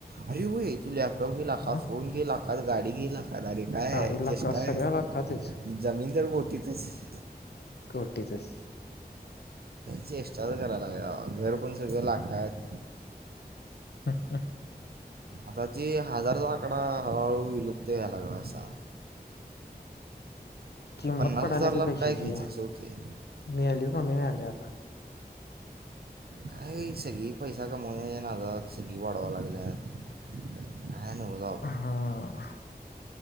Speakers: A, on the right; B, on the left.
A: अरे हो ये तू लॅपटॉप गेला का
B: अ
A: फोन गेला का गाडी गेला कादारी काय
B: गाडी
A: आहे
B: लाखात
A: चेष्टा आहे
B: सगळ्या लाखातच
A: जमीन तर गोठीतच
B: कोटीचच
A: चेष्टाच करायला लागल घर पण सगळं लाखात
B: ह ह
A: आता ती हजारचा आकडा हळूहळू विलुपत व्हायलागसा
B: किंमत
A: पन्नास
B: पडाली
A: हजारला
B: रे पैशाची
A: काय घ्यायचं असं होते
B: मिळाली कमी मिळाली आता <inaudible>
A: काही सगळी पैसा कमावण्या नाजात सगळी वाढवा लागल्यात ह न ब जाव
B: हा